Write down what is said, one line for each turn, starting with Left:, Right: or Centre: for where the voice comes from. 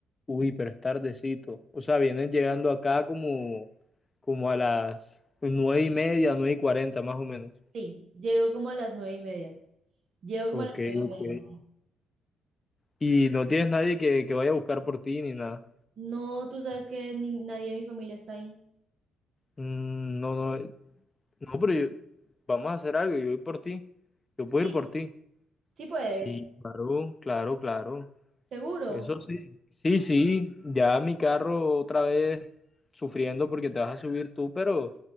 Left: Uy, pero es tardecito. O sea, vienes llegando acá como, como a las nueve y media, nueve y cuarenta más o menos.
Right: Sí, llego como a las nueve y media. Llego como
Left: Ok,
Right: a las nueve
Left: ok.
Right: y media, sí.
Left: Y no tienes nadie que, que vaya a buscar por ti ni nada.
Right: No, tú sabes que ni- nadie de mi familia está ahí.
Left: Mm, no, no, no, pero yo- vamos a hacer algo. Yo voy por ti. Yo puedo
Right: Sí,
Left: ir por ti.
Right: sí puedes,
Left: Sí, claro, claro, claro.
Right: seguro.
Left: Eso sí. Sí, sí. Ya mi carro otra vez sufriendo porque te vas a subir tú, pero,